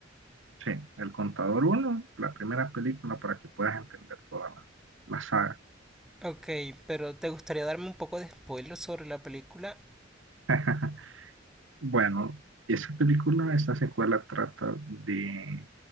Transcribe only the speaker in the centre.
Ok, pero ¿te gustaría darme un poco de spoiler sobre la película?